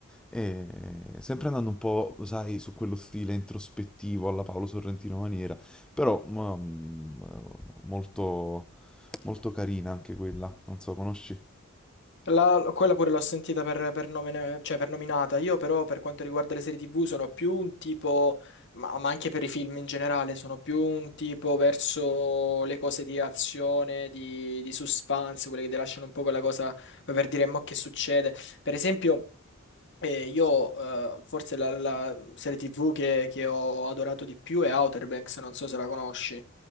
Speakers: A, in the centre; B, on the left.
A: E eh, sempre andando un po', sai, su quello stile introspettivo alla Paolo Sorrentino maniera, però mm, molto, molto carina anche quella, non so, conosci?
B: La- quella pure l'ho sentita per, per nome- cioè per nominata. Io però per quanto riguarda le serie TV sono più un tipo, ma, ma anche per i film in generale, sono più un tipo verso le cose di azione, di, di suspense, quelle che ti lasciano un po' quella cosa come per dire mo che succede. Per esempio, eh, io eh, forse la, la serie TV che, che ho adorato di più è Outer Banks, non so se la conosci.